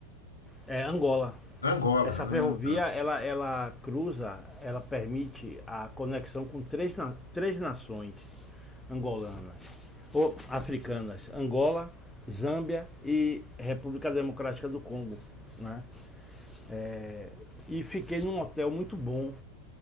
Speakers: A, in the centre; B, on the left.
A: É Angola.
B: Angola.
A: Essa
B: Ah,
A: ferrovia,
B: tá.
A: ela, ela cruza, ela permite a conexão com três, três nações angolanas, ou africanas, Angola, Zâmbia e República Democrática do Congo, né? É, e fiquei num hotel muito bom,